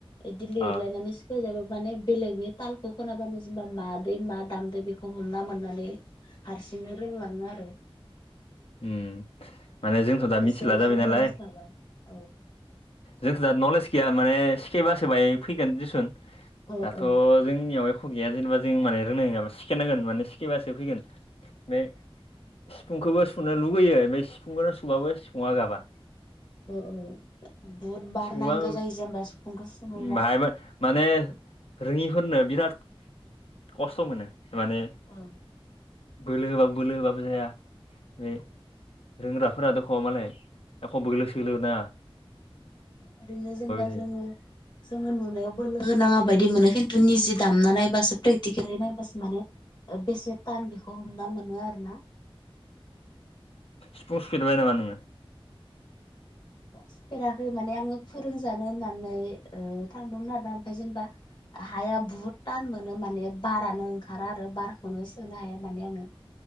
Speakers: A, on the left (about 50°); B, on the left (about 80°).
A: इदि लिरलायनानै
B: अ
A: जाबाबो माने बेलेगनि तालखौ खोनाबानो जेनेबा मादै मा दामदो बेखौ हमना मोननानै हारसिंनो रोंलाङो आरो
B: <unintelligible> माने जोंथ' दा
A: एसे
B: मिथिला
A: एसे
B: जाबाय
A: नलेज
B: नालाय
A: थाबा ओ
B: जोंथ' दा नलेज गैया माने सिखायबासो बाय फैगोन दिसुन
A: ओ
B: दाथ' जोंनियाव एख' गैया जेनेबा जों माने रोंनाय नङाबा सिखायनांगोन माने सिखायबासो फैगोन ओमफाय सिफुंखौबो सुनो लुगैयो ओमफाय सिफुंखौनो सुबाबो सिफुङा गाबा
A: औ औ बुहुद बार
B: सिफुङा
A: नांगौ जायो जेनबा सिफुंखौ सुनोबा
B: बाहायबो माने रोङिफोरनो बिराद खस्थ' मोनो माने
A: औ
B: बोलो होबाबो बोलो होबाबो जाया बे रोंग्राफोरा दख' मालाय एख' बोलो सोलो होनाङा
A: ओरैनो जेनबा
B: थायो
A: जोङो जोङो नुनायाव बोलो होनाङा बायदि मोनो खिन्थु निजि दामना नायबासो प्रेकटिकेलि नायबासो माने बेसे थान बेखौ हमना मोनो आरो ना
B: सिफुं सुफेरबाय नामा नोङो
A: सुफेराखै माने आङो फोरोंजानो होननानै थांदोंमोन आरोना ओमफ्राय जेनेबा हाया बुहुद तान मोनो माने बारानो ओंखारा आरो बारखौनो सोनो हाया माने आङो